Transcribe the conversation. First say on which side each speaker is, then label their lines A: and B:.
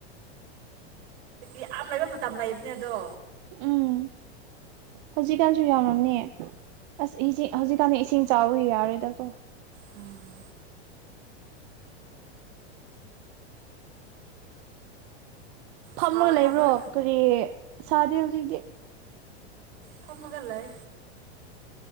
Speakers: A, on the right (about 70°); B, on the right (about 50°).
A: ꯌꯥꯝ ꯂꯩꯕ ꯃꯇꯝ ꯂꯩꯕꯅꯦ ꯑꯗꯣ
B: ꯎꯝ ꯍꯧꯖꯤꯛꯀꯥꯟꯁꯨ ꯌꯥꯝꯎꯔꯝꯅꯦ ꯑꯁ ꯍꯧꯖꯤꯛꯀꯥꯟꯗꯤ ꯏꯁꯤꯡ ꯆꯥꯎꯕ ꯌꯥꯔꯦꯗꯀꯣ
A: ꯎꯝ
B: ꯐꯝꯃꯒ
A: ꯁꯥꯕ꯭ꯔꯣ
B: ꯂꯩꯕ꯭ꯔꯣ
A: ꯅꯣꯏ
B: ꯀꯔꯤ ꯁꯥꯗꯦ ꯍꯧꯖꯤꯛꯇꯤ
A: ꯊꯃꯒ ꯂꯑ